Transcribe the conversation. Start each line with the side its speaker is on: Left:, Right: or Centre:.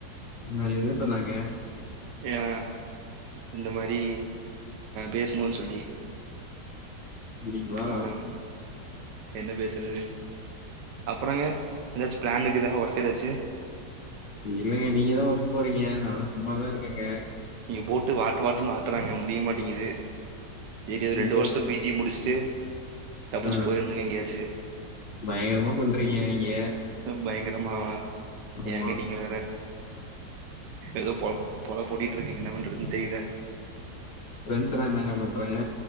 Left: நா என்ன சொன்னாங்க
Right: ஆ இந்த மாரி பேசணுன்னு சொல்லி
Left: அப்டிங்களா
Right: அதாங்க என்ன பேசுறது அப்புறங்க ஏதாச்சு பிளான் இருக்குதா ஒர்க் ஏதாச்சு
Left: இல்லங்க நீங்க தா ஒர்க் போறீங்க நா எல்லா சும்மாதா இருக்கேங்க
Right: இங்க போட்டு வாட்டு வாட்டுன்னு வாட்டுறாங்க முடிய மாட்டேங்குது சரி ஒரு
Left: நீங்க
Right: ரெண்டு வருஷோ போ ஜி முடிச்சுட்டு தப்புச்சு
Left: ஆ
Right: போயிடுனுங்க எங்கேயாச்சு
Left: பயங்கரமா பண்றீங்க நீங்க
Right: பயங்கரமாவா
Left: ஆமா
Right: ஏங்க நீங்க வேற ஏதோ பொழப் பொழப் போட்டிட்டு இருக்கங்க என்ன பண்றதுன்னு தெரியல
Left: பிரண்ஸ் எல்லா என்னங்க பண்றாங்க